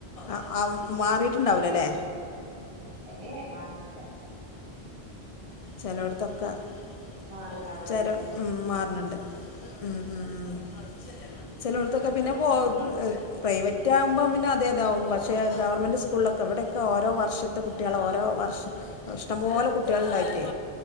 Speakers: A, on the left (about 50°); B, on the right (about 30°).
A: ആഹ് ആഹ് മാറിയിട്ടുണ്ടാവൂലല്ലേ
B: ഏഏ മാറിയില്ല
A: ചിലോടത്തക്ക <unintelligible>
B: മാറിണ്ടാവൂലേ
A: ആണ്ട് ഉം ഉം ഉ ചെിലോടത്തൊക്കെ പിന്നെപ്പോ പ്രൈവറ്റ് ആകുമ്പോം പിന്നെ അതെ അത പക്ഷെ ഗവണ്മെന്റ് സ്കൂളിലൊക്കെ ഇവിടെക്കെ ഓരോ വർഷത്തെ കുട്ടികൾ ഓരോ വർഷം ഇഷ്ടം പോലെ കുട്ടികൾണ്ടായിട്ടേ